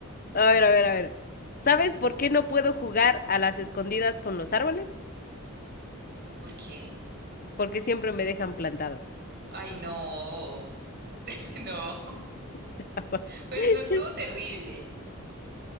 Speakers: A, on the left; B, on the right.
A: A ver, a ver, a ver. ¿Sabes por qué no puedo jugar a las escondidas con los árboles?
B: ¿Por qué?
A: Porque siempre me dejan plantado.
B: Ay, no. <laughs> No.
A: <laughs>
B: Pues no estuvo terrible.